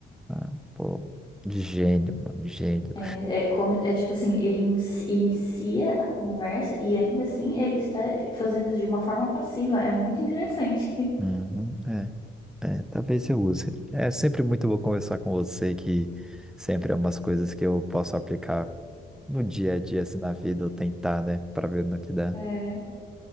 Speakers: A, in the centre; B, on the left (about 25°).
A: Ah, pô, de gênio, mano, gênio.
B: É, é, é, como, é tipo assim, ele in- inicia a conversa e ainda assim ele está fazendo isso de uma forma passiva. É muito interessante.
A: Uhum, é, é, talvez eu use. É sempre muito bom conversar com você, que sempre é umas coisas que eu posso aplicar no dia a dia, assim, na vida, ou tentar, né, pra ver no que dá.
B: É,